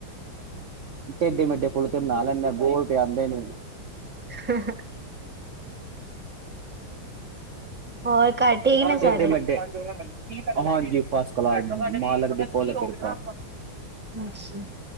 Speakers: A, on the right; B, in the centre.
A: ਟਢੇ ਮੇਢੇ ਫ਼ੁਲਕੇ ਬਣਾ ਲੇਨੇ ਆ, ਗੋਲ ਤੇ ਆਂਦੇ ਨੀ ਮੈਨੂੰ
B: <inaudible> ਹੋਰ ਘਰ ਠੀਕ ਨੇ
A: ਟੇਢੇ
B: ਸਾਰੇ?
A: ਮੇਢੇ। ਹਾਂਜੀ ਫਸਟ ਕਲਾਸ ਮਾਲਕ ਦੀ ਫੁੱਲ ਕਿਰਪਾ।
B: ਅੱਛਾ।